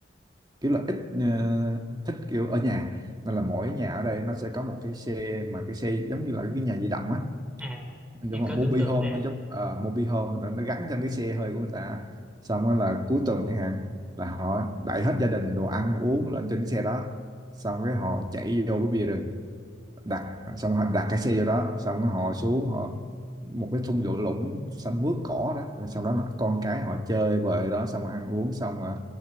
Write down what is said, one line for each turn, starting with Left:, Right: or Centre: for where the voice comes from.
Right: kiểu là ít ờ, thích kiểu ở nhà nên là mỗi nhà ở đây nó sẽ có một cái xe mà cái xe giống như là cái nhà di động á
Centre: à
Right: giống
Centre: em
Right: là
Centre: có
Right: mobile
Centre: tưởng tượng
Right: home
Centre: ra
Right: nó giống ờ, mobile home nó, nó gắn trên cái xe hơi của người ta xong rồi là cuối tuần chẳng hạn là họ đẩy hết gia đình đồ ăn uống lên trên cái xe đó xong cái họ chạy vô cái bìa rừng đặt xong họ đặt cái xe vô đó xong họ xuống họ một cái thung lũng lũng xanh mướt cỏ đó rồi sau đó là con cái họ chơi bời đó xong ăn uống xong là,